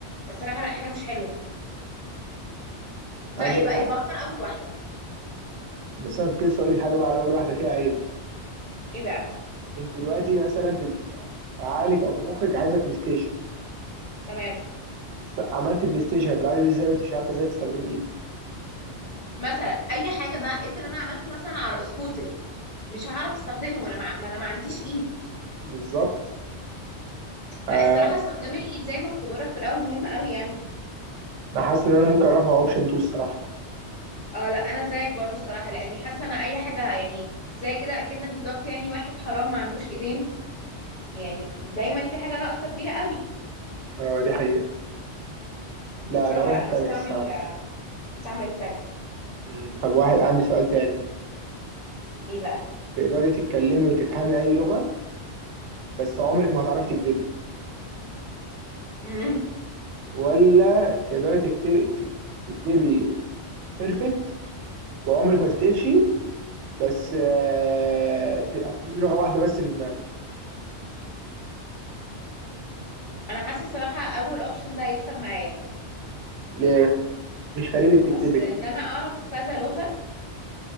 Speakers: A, on the left (about 40°); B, on the right (about 85°).
A: فالصراحة لا حاجة مش حلوة لا
B: عندك
A: يبقى
B: حق
A: يبقى اختار اول واحدة
B: بس انا كنت لسه اقول لك حاجه بقى على اول واحده فيها عيب
A: ايه بقى
B: انت دلوقتي مثلا في عقلك او في مخك عايزه بلاي ستيشن
A: تمام
B: بس عملت بلاي ستيشن هتلعبي بيه ازاي وانت مش عارفه ازاي تستخدمي ايدك
A: مثلا اي حاجة بقى افرض انا عملت مثلا على سكوتر مش هعرف استخدمه وانا مع... ما انا ما عنديش ايد
B: بالظبط
A: لا
B: آه
A: الصراحه استخدام الايد زي ما كنت بقولك في الاول مهم قوي يعني
B: انا حاسس ان انا ممكن اروح مع اوبشن 2 الصراحه
A: اه لا انا زيك برضو الصراحه لاني حاسه انا اي حاجه يعني زي كده اكن بالظبط يعني واحد حرام ما عندوش ايدين يعني دايما في حاجه ناقصه كبيره قوي
B: آه دي حقيقه لا
A: فالصراحه
B: انا اروح
A: لا
B: التانية
A: هستعمل
B: الصراحه
A: هستعمل التانية
B: مم. طب واحد عندي سؤال تاني
A: ايه بقى
B: تقدري تتكلمي وتفهمي اي لغه بس عمرك ما هتعرفي تكدبي
A: امم
B: ولا تقدري تكتبي تك- تكدبي بيرفكت وعمرك ما تتقفشي بس آه ت- هتفهمي لغه واحده بس في دماغك
A: انا حاسه الصراحه اول اوبشن ده هيكسب معايا
B: ليه مش فارق لك تكدبي
A: اصل ان
B: يعني
A: انا اعرف كذا لغه